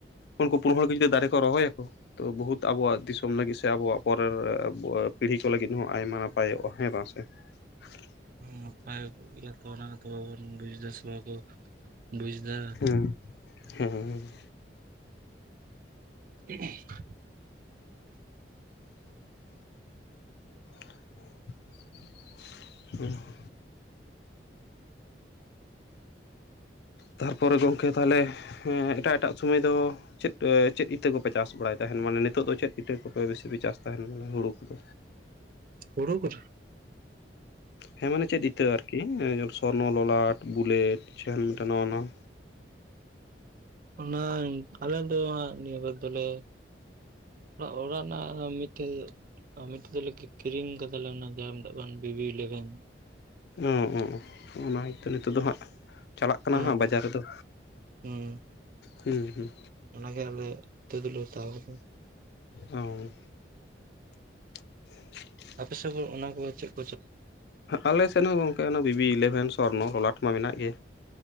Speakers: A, on the left (about 60°); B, on the right (about 45°).
A: ᱩᱱᱠᱩ ᱯᱩᱱ ᱦᱚᱲ ᱜᱮ ᱡᱚᱫᱤ ᱫᱟᱨᱮ ᱠᱚ ᱨᱚᱦᱚ ᱭᱟᱠᱚ ᱛᱚ ᱵᱚᱦᱩᱛ ᱟᱵᱚᱣᱟᱜ ᱫᱤᱥᱚᱢ ᱞᱟᱹᱜᱤᱫ ᱥᱮ ᱟᱵᱚᱣᱟᱜ ᱯᱚᱨᱮᱨ ᱯᱤᱲᱦᱤ ᱠᱚ ᱞᱟᱹᱜᱤᱫ ᱦᱚᱸ ᱟᱭᱢᱟ ᱱᱟᱯᱟᱭᱚᱜᱼᱟ ᱦᱮᱸ ᱵᱟᱝ ᱥᱮ? <unintelligible>
B: ᱱᱟᱯᱟᱭ ᱜᱮᱭᱟ ᱛᱚᱱᱟ ᱛᱚ ᱵᱟᱵᱚᱱ ᱵᱩᱡ ᱮᱫᱟ ᱥᱚᱵ ᱠᱚ ᱵᱩᱡ ᱮᱫᱟ
A: ᱮᱸᱞᱳ <unintelligible>
B: <unintelligible>
A: <unintelligible> ᱛᱟᱨᱯᱚᱨᱮ ᱜᱚᱝᱠᱮ ᱛᱟᱦᱞᱮ ᱮᱴᱟᱜ ᱮᱴᱟᱜ ᱥᱚᱢᱚᱭ ᱫᱚ, ᱪᱮᱫ ᱪᱮᱫ ᱤᱛᱟᱹ ᱠᱚᱯᱮ ᱪᱟᱥ ᱵᱟᱲᱟᱭ ᱛᱟᱦᱮᱱ ᱢᱟᱱᱮ ᱱᱤᱛᱚᱜ ᱫᱚ ᱪᱮᱫ ᱤᱛᱟᱹ ᱠᱚᱯᱮ ᱵᱮᱥᱤ ᱯᱮ ᱪᱟᱥ ᱛᱟᱦᱮᱱ ᱢᱟᱱᱮ ᱦᱩᱲᱩ ᱠᱚᱫᱚ?
B: ᱦᱩᱲᱩ ᱠᱚᱼᱼ
A: ᱦᱮᱸ ᱢᱟᱱᱮ ᱪᱮᱫ ᱤᱛᱟᱹ ᱟᱨᱠᱤ ᱥᱚᱨᱱᱚ ᱞᱚᱞᱟᱴ ᱵᱩᱞᱮᱴ ᱡᱟᱦᱟᱱ ᱢᱤᱫᱴᱮᱱ ᱱᱟᱣᱟ ᱱᱟᱣᱟ᱾
B: ᱚᱱᱟ ᱟᱞᱮ ᱫᱚᱜ ᱱᱤᱭᱟᱹ ᱠᱚ ᱫᱚᱞᱮᱼᱼ ᱚᱲᱟᱜ ᱚᱲᱟᱜ ᱨᱮᱱᱟᱜ ᱢᱤᱫᱴᱮᱡ ᱢᱤᱫᱴᱮᱡ ᱫᱚᱞᱮ ᱠ ᱠᱤᱨᱤᱧ ᱠᱟᱫᱟᱞᱮ ᱚᱱᱟ ᱡᱟᱦᱟᱸ ᱵᱟᱝ ᱵᱤᱵᱤ ᱤᱞᱮᱵᱷᱮᱱ
A: ᱚ ᱚ ᱚᱱᱟ ᱛᱚ ᱱᱤᱛᱚᱜᱜ ᱫᱚ ᱦᱟᱸᱜ ᱪᱟᱞᱟᱜ ᱠᱟᱱᱟ
B: ᱦᱩᱸ
A: ᱦᱟᱸᱜ ᱵᱟᱡᱟᱨ ᱨᱮᱫᱚ᱾
B: ᱦᱩᱸ
A: ᱦᱩᱸ ᱦᱩᱸ
B: ᱚᱱᱟᱜᱮ ᱟᱞᱮᱛᱳ ᱫᱚᱞᱮ ᱦᱟᱛᱟᱣ ᱠᱟᱫᱟ᱾
A: ᱚᱻ <unintelligible>
B: ᱟᱯᱮᱥᱮᱫ ᱦᱚᱲ ᱚᱱᱟ ᱠᱚ ᱪᱮᱫᱼᱼ
A: ᱟᱞᱮ ᱥᱮᱫ ᱦᱚᱸ ᱜᱚᱝᱠᱮ ᱚᱱᱟ ᱵᱤᱵᱤ ᱤᱞᱮᱵᱷᱮᱱ ᱥᱚᱨᱱᱚ ᱞᱚᱞᱟᱴ ᱢᱟ ᱢᱮᱱᱟᱜ ᱜᱮ᱾